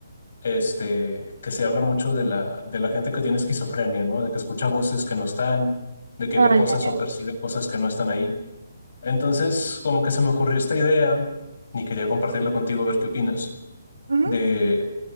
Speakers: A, on the left (about 65°); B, on the right (about 80°).
A: Este, que se habla mucho de la, de la gente que tiene esquizofrenia, ¿no? De que escucha voces que no están, de que
B: Ah,
A: ve cosas
B: ya, ya.
A: o percibe cosas que no están ahí. Entonces, como que se me ocurrió esta idea, y quería compartirla contigo a ver qué opinas,
B: Ujú,
A: de